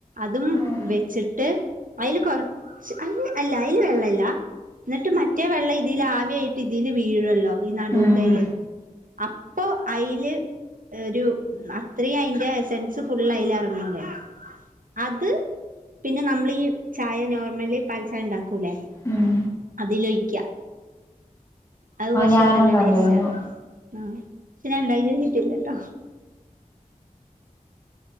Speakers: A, on the right; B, on the left.
A: അതും
B: ഉം
A: വെച്ചിട്ട് ഐല് കൊറ ച്ച് ഐല് അല്ല ഐല് വെള്ളല്ല ന്നിട്ട് മറ്റേ വെള്ളം ഇതിൽ ആവിയായിട്ട് ഇതില് വീഴൊല്ലോ. ഈ നടൂത്തയ്ല്
B: ഉം
A: അപ്പോ ഐല് ഒരു അത്രയും ഐന്റെ സെൻസ് ഫുള്ളയ്ല് അറങ്ങൊലേ അത് പിന്നെ നമ്മൾ ഈ ചായ നോർമലി പാൽചായണ്ടാക്കൂലേ
B: ഉം
A: അതിലൊഴിക്ക്യ അത് പക്ഷേ
B: ഞാനും
A: നല്ല
B: കണ്ടിരുന്നു
A: ടേസ്റ്റാ ആഹ് ഞാൻ ഉണ്ടാക്കി നോക്കിയിട്ടില്ലട്ടോ.